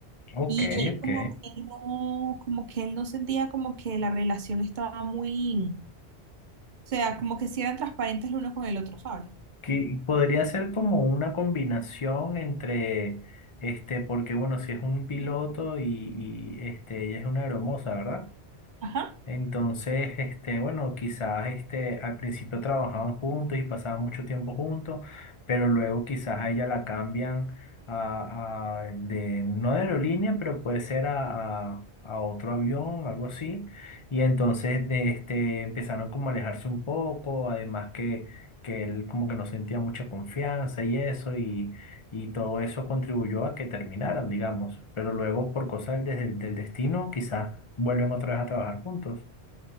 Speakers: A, on the left; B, on the right.
A: ok,
B: Y él
A: ok.
B: como que no, como que él no sentía como que la relación estaba muy, o sea, como que si eran transparentes el uno con el otro, ¿sabes?
A: que podría ser como una combinación entre, este, porque bueno, si es un piloto y, y, este, ella es una aeromoza, ¿verdad?
B: Ajá.
A: Entonces, este, bueno, quizás este, al principio trabajaban juntos y pasaban mucho tiempo juntos, pero luego quizás a ella la cambian a, a- de, no de aerolínea, pero puede ser a, a- a otro avión, algo así. Y entonces de este, empezaron como a alejarse un poco, además que, que él como que no sentía mucha confianza y eso, y, y todo eso contribuyó a que terminaran, digamos. Pero luego, por cosas del, del destino, quizás vuelven otra vez a trabajar juntos.